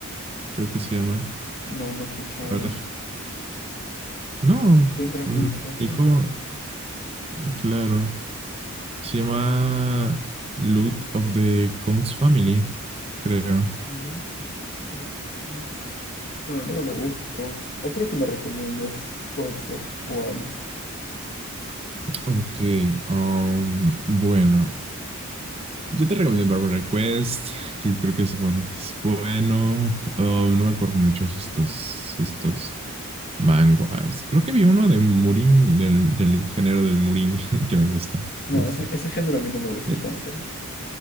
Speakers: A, on the right (about 25°); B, on the left (about 45°).
A: creo que se llama.
B: no, no he escuchado.
A: A ver, deja- No,
B: De un dragón
A: mm,
B: rojo,
A: hijo,
B: un
A: y claro. Se llama Loot of the Counts Family, creo.
B: Lord of the Combs. Bueno, luego lo busco. Otro que me recomiendes puede ser cuál.
A: Ok, um, bueno. Yo te recomiendo Barbara Request, que creo que es bueno. es bueno. Um, no me acuerdo muchos estos, estos manguas. Creo que vi uno de Murin, del, del género del Murin, <laughs> que me gusta.
B: No,
A: Este,
B: ese, ese género a mí no me gusta
A: eh,
B: tanto.